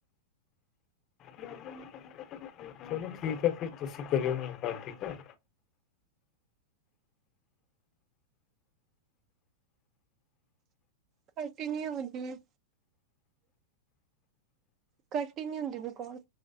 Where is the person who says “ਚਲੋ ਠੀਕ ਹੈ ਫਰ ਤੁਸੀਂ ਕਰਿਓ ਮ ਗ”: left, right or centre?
Left